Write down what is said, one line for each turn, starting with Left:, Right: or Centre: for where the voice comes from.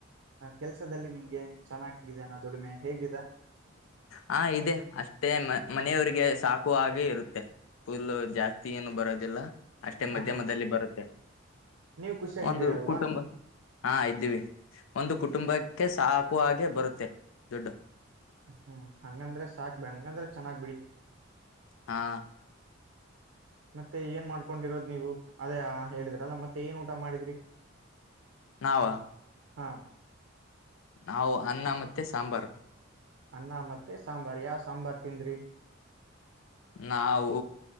Right: ಕೆಲ್ಸದಲ್ಲಿ ನಿಮ್ಗೆ ನ್ ಚೆನ್ನಾಗಾಗಿದೆಾನ ದುಡಿಮೆ ಹೇಗಿದೆ
Left: ಹಾ ಇದೆ ಅಷ್ಟೇ ಮನೆಯವಿಗೆ ಸಾಕುವ ಹಾಗೆ ಇರುತ್ತೆ ಫುಲ್ ಜಾಸ್ತಿ ಏನು ಬರೋದಿಲ್ಲ ಅಷ್ಟೇ
Right: ಹ
Left: ಮಧ್ಯಮದಲ್ಲಿ
Right: ಹಾ
Left: ಬರುತ್ತೆ
Right: ನೀವ್ ಖುಷಿಯಾಗಿದ್ದೀರ
Left: ಒಂದು
Right: ಅಲ್ವಾ
Left: ಕುಟುಂಬ ಹಾ ಇದ್ದೀವಿ ಒಂದು ಕುಟುಂಬ ಕಕ್ಕೆ ಸಾಕುವ ಹಾಗೆ ಬರುತ್ತೆ ದುಡ್ಡು
Right: ಹೂ ಹಂಗಂದ್ರೆ ಸಾಕ್ ಬಿ ಹಂಗಂದ್ರೆ ಚೆನ್ನಾಗ್ ಬಿಡಿ
Left: ಹಾ
Right: ಮತ್ತೆ ಏನ್ ಮಾಡ್ಕೊಂಡಿರೋದ್ ನೀವು ಅದೇ ಹೇಳಿದ್ರಲ್ಲ ಮತ್ತೆ ಏನ್ ಊಟ ಮಾಡಿದ್ರಿ
Left: ನಾವ
Right: ಹಾ
Left: ನಾವು ಅನ್ನ ಮತ್ತೆ ಸಾಂಬಾರು
Right: ಅನ್ನ ಮತ್ತೆ ಸಾಂಬಾರ್ ಯಾವ್ ಸಾಂಬಾರ್ ತಿಂದ್ರಿ
Left: ನಾವು